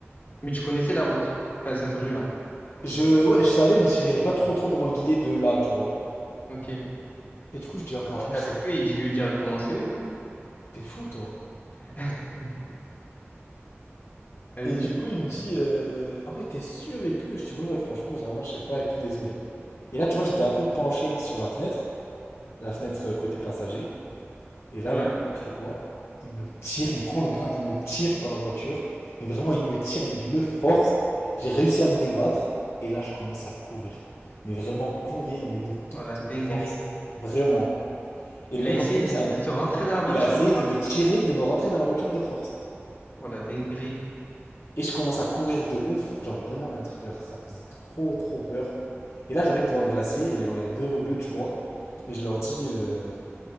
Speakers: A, on the left; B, on the left.
A: Mais tu connaissais la route, enfin cette rue-là.
B: Je, ouais, je savais, mais je savais pas trop, trop comment le guider de là, tu vois.
A: Ok.
B: Et du coup, je dis, ah,
A: Bah,
B: franchement,
A: monte
B: je
A: avec
B: sais,
A: lui et dis-lui directement c'est où.
B: t'es fou, toi.
A: <laughs> Vas-y.
B: Et du coup, il me dit, euh, ah ouais, t'es sûr et tout? Je dis, ouais, ouais, franchement, vraiment, je sais pas et tout, désolé. Et là, tu vois, j'étais un peu penché sur la fenêtre, la fenêtre euh, côté passager. Et là,
A: Ouais.
B: le mec, il fait quoi? Il me tire, il me prend le bras, il me tire dans la voiture. Mais vraiment, il me tire mais d'une force. J'ai réussi à me débattre. Et là, je commence à courir. Mais vraiment courir, mais de toutes
A: Oh la dinguerie.
B: mes forces. Vraiment. Et
A: Il
B: le mec,
A: a essayé
B: en fait, t'as
A: de,
B: vu, c'est un-
A: de te rentrer dans la voiture
B: il a essayé
A: de force.
B: de me tirer, de me rentrer dans la voiture de force.
A: Oh la dinguerie.
B: Et je commence à courir de ouf, genre vraiment un truc, genre, ça faisait trop trop peur. Et là j'arrive devant un glacier et genre il y a deux rebeux, tu vois. Et je leur dis, euh,